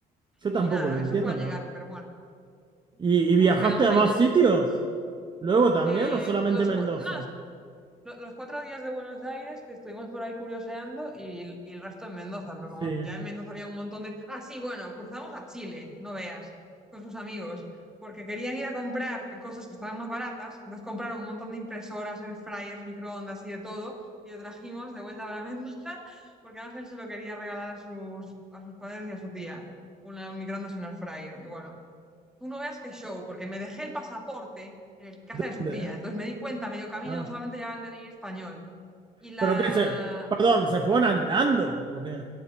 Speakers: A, on the right (about 25°); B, in the centre.
A: Yo
B: Y
A: tampoco
B: nada,
A: lo entiendo,
B: eso fue a
A: ¿no?
B: llegar, pero bueno,
A: ¿Y, y
B: nos
A: viajaste
B: quedamos
A: a
B: ahí
A: más
B: en...
A: sitios? ¿Luego también
B: eh,
A: o solamente
B: los,
A: Mendoza?
B: cua- nada, lo- los cuatro días de Buenos Aires que estuvimos por ahí curioseando y, y el resto en Mendoza, pero como
A: Sí.
B: ya en Mendoza había un montón de... Ah, sí, bueno, cruzamos a Chile, no veas, con sus amigos, porque querían ir a comprar cosas que estaban más baratas, entonces compraron un montón de impresoras, air fryers, microondas y de todo, y lo trajimos de vuelta para <laughs> Mendoza, porque Ángel se lo quería regalar a sus, a sus padres y a su tía, una microondas y un air fryer, y bueno tú no veas qué show, porque me dejé el pasaporte en el casa
A: ¿Dónde?
B: de su tía. Entonces me di cuenta medio camino
A: Ah.
B: que solamente llevaba el DNI español. Y la...
A: ¿Pero qué se? Perdón, ¿se fueron andando o qué?